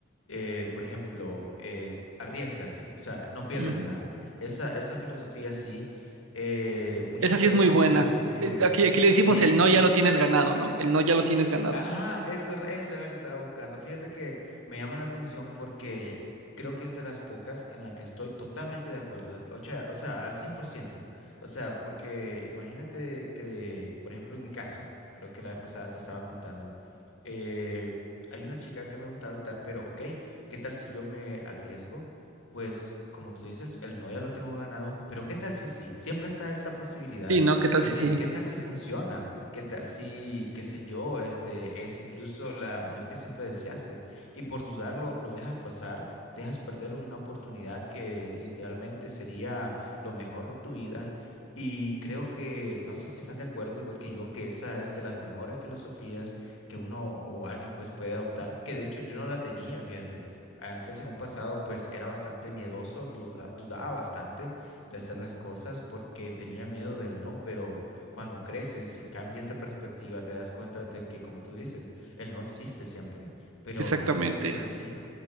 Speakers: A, on the left; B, on the right.
A: eh, por ejemplo, eh, arriésgate, o sea, no pierdas
B: Ujú.
A: nada. Esa, esa filosofía sí, eh, muchas
B: Esa sí
A: veces
B: es muy buena.
A: siento que
B: Eh, Aquí, aquí le decimos
A: sí
B: el no ya lo tienes ganado, ¿no? El no ya lo tienes ganado.
A: Ajá, es correcto, esa es la que estaba buscando. Fíjate que me llama la atención porque creo que es de las pocas en la que estoy totalmente de acuerdo, o sea, o sea, al 100%. O sea, porque imagínate que, por ejemplo, en mi caso, creo que la vez pasada te estaba contando, eh, hay una chica que me gustaba y tal, pero ok, ¿qué tal si yo me arriesgo? Pues, como tú dices, el no ya lo tengo ganado, pero ¿qué tal si sí? Siempre está esa posibilidad
B: Sí, ¿no? ¿Qué tal
A: de
B: si
A: que,
B: sí?
A: ¿qué tal si funciona? ¿Qué tal si, qué sé yo, este es incluso la mujer que siempre deseaste? Y por dudarlo, lo dejas pasar, dejas perder una oportunidad que literalmente sería lo mejor de tu vida. Y creo que, no sé si estás de acuerdo, igual que yo, que esa es de las mejores filosofías que uno o alguien pues puede adoptar, que de hecho yo no la tenía, fíjate. Antes en un pasado pues era bastante miedoso, duda- dudaba bastante de hacer las cosas porque tenía miedo del no, pero cuando creces y cambias de perspectiva, te das cuenta de que, como tú dices, el no existe siempre, pero
B: Exactamente.
A: también existe el sí,